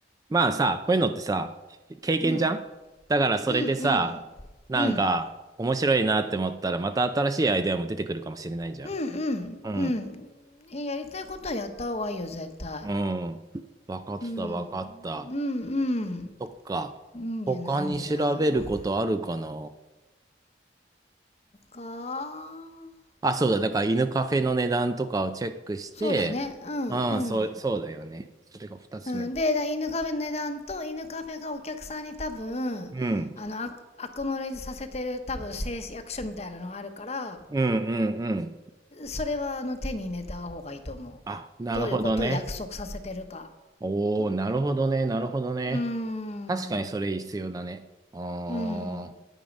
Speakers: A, on the right; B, on the left.
A: まあさ、こういうのってさ、経験じゃんだからそれでさ、
B: うん、うん、うん、
A: なんか、
B: うん、
A: 面白いなって思ったら、また新しいアイデアも出てくるかもしれないじゃん。
B: うん、
A: うん。
B: うん。え、やりたいことはやった方がいいよ、絶対。
A: うん。わかった、
B: うん、
A: わかった。
B: うん、うん。
A: そっか。
B: いいんじゃない、
A: 他に調べることあるかな
B: いいんじゃない。他
A: あ、そうだ。だから犬カフェの値段とかをチェックして、
B: そうだね、うん、
A: ああ、
B: うん。
A: そう、そうだよね。それが二つ目だ。
B: うん、で、だ犬カフェの値段と、犬カフェがお客さんに多分、
A: うん。
B: あの、アクノレージさせてる多分誓約書みたいなのがあるから、
A: うんうんうん。
B: それはあの手に入れた方がいいと思う。
A: あ、なるほどね。
B: どういうことを約束させてるか。
A: おお、なるほどね、なるほどね。
B: うーん。
A: 確かにそれ必要だね。ああ、
B: うん。